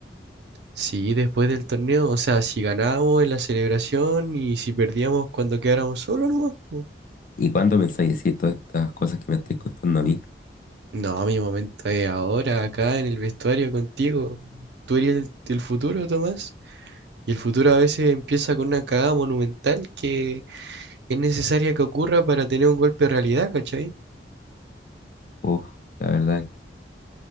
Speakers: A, on the right; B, on the left.
A: Sí, después del torneo, o sea, si ganábamos en la celebración y si perdíamos cuando quedáramos solos, nomás, po.
B: ¿Y cuándo pensáis decir todas estas cosas que me estáis contando a mí?
A: No, mi momento es ahora, acá en el vestuario contigo. Tú eres el, el futuro, Tomás. Y el futuro a veces empieza con una cagada monumental que es necesaria que ocurra para tener un golpe de realidad, ¿cachai?
B: Uf, la verdad.